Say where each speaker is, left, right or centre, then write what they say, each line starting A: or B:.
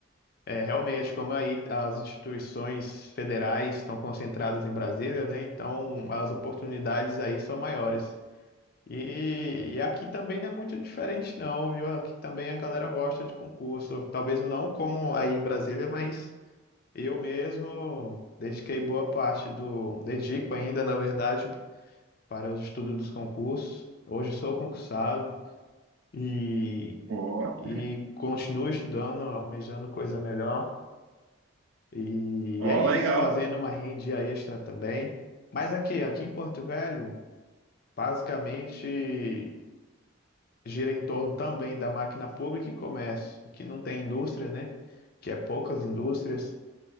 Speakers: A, on the left; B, on the right.
A: É, realmente, como aí as instituições federais estão concentradas em Brasília, né? Então, as oportunidades aí são maiores. E, e aqui também não é muito diferente, não, viu? Aqui também a galera gosta de concurso. Talvez não como aí em Brasília, mas eu mesmo dediquei boa parte do, dedico ainda, na verdade para os estudos dos concursos. Hoje sou concursado e,
B: Ó,
A: e continuo estudando, almejando coisa melhor. E
B: ó,
A: é isso,
B: legal.
A: fazendo uma rendia extra também. Mas aqui, aqui em Porto Velho, basicamente gira em torno também da máquina pública e comércio. Aqui não tem indústria, né? Que é poucas indústrias.